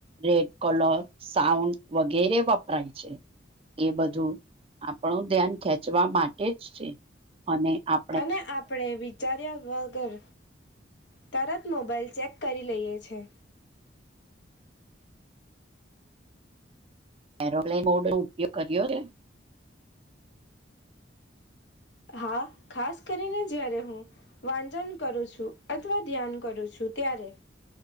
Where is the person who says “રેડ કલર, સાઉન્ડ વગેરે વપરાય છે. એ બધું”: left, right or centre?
Right